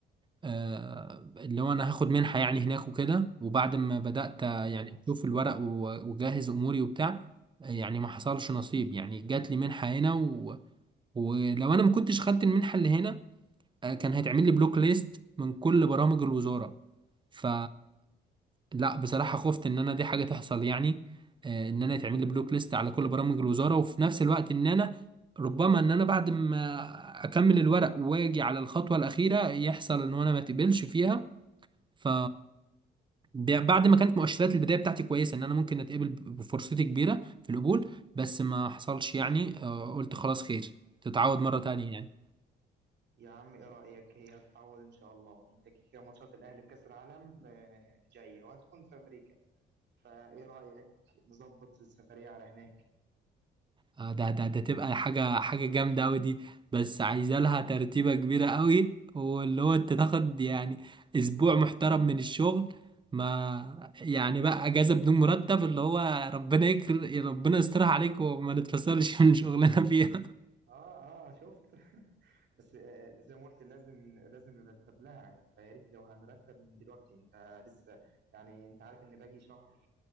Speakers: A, on the right; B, on the right.
A: آه، اللي هو انا هاخد منحة يعني هناك وكده وبعد ما بدأت آه،
B: تمام
A: يعني اشوف الورق و- واجهز اموري وبتاع آه، يعني ما حصلش نصيب يعني جات لي منحة هنا و... ولو انا ما كنتش خدت المنحة اللي هنا آه، كان هيتعمل لي بلوك ليست من كل برامج الوزارة ف لا بصراحة خفت ان انا دي حاجة تحصل يعني آه، ان انا يتعمل لي بلوك ليست على كل برامج الوزارة وفي نفس الوقت ان انا ربما ان انا بعد ما اكمل الورق واجي على الخطوة الأخيرة يحصل ان انا ما اتقبلش فيها ف بعد ما كانت مؤشرات البدايه بتاعتي كويسه ان انا ممكن اتقبل بفرصتي كبيره في القبول بس ما حصلش يعني آه، قلت خلاص خير تتعود مره تانية يعني
B: يا عم إيه رأيك هي هتتعوض إن شاء الله أنت كده كده ماتشات الأهلي في كأس العالم آه، جاية وهتكون في أمريكا فإيه رأيك نظبط السفرية على هناك
A: آه، ده ده ده تبقى حاجه حاجه جامده قوي دي بس عايزه لها ترتيبه كبيره قوي واللي هو انت تاخد يعني اسبوع محترم من الشغل ما يعني بقى اجازه بدون مرتب اللي هو ربنا يكر ربنا يسترها عليك وما نتفصلش <laughs> من شغلنا فيها
B: اه اه شفت <laughs> بس آه، آه، زي ما قلت لازم لازم نرتب لها فيا ريت لو هنرتب من دلوقتي انت لسه يعني انت عارف ان باقي شهر